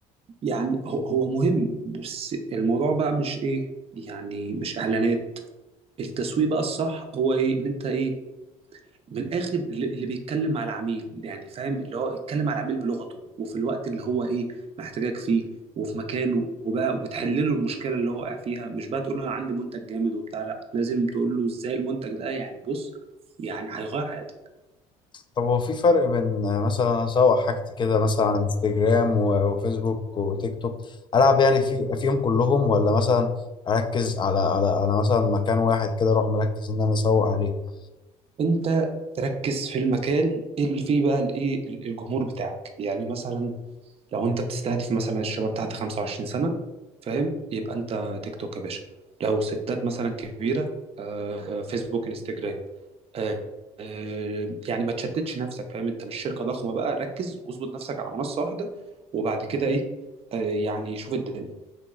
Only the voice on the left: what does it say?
طب هو في فرق بين آه، مثلا اسوق حاجتي كده مثلا على انستجرام و- وفيسبوك وتيك توك العب يعني في فيهم كلهم ولا مثلا اركز على على على مثلا مكان واحد كده اروح مركز ان انا اسوق عليه